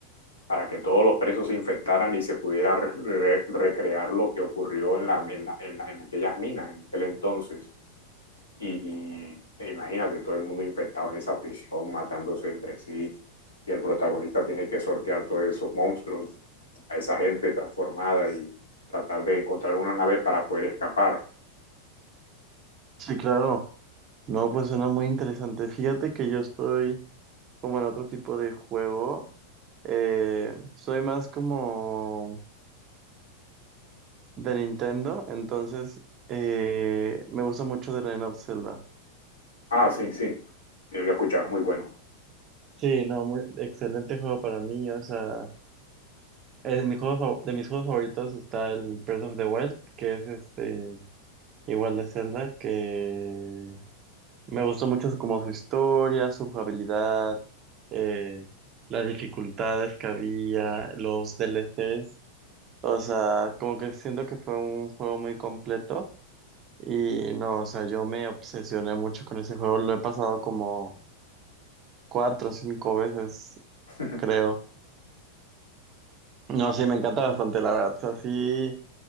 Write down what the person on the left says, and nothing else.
para que todos los presos se infectaran y se pudiera re- re- recrear lo que ocurrió en, la, en, la- en la- en aquellas minas en aquel entonces. Y, y e imagínate, todo el mundo infectado en esa prisión, matándose entre sí, y el protagonista tiene que sortear todos esos monstruos, a esa gente transformada y tratar de encontrar una nave para poder escapar.
Ah, sí, sí, yo lo escuchaba, muy bueno.
<laughs>